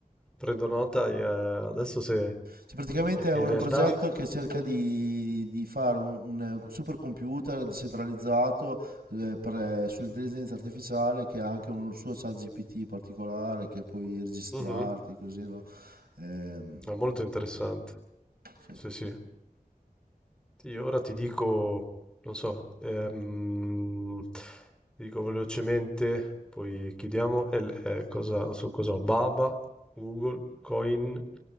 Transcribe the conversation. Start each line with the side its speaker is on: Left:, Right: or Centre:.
Centre: Prendo nota e, eh, adesso se
Right: Sì, praticamente
Centre: e
Right: è un
Centre: in realtà
Right: progetto che cerca di, di fare un, un supercomputer decentralizzato eh, per- eh, sull'intelligenza artificiale che ha anche un suo chat GPT particolare che puoi registrarti
Centre: mh-mh,
Right: così, no? Ehm,
Centre: è molto interessante.
Right: sì.
Centre: Sì, sì. Sì, io ora ti dico, non so, ehm, ti dico velocemente, poi chiudiamo, È l- è cosa, su cosa ho? Baba, Google, Coin,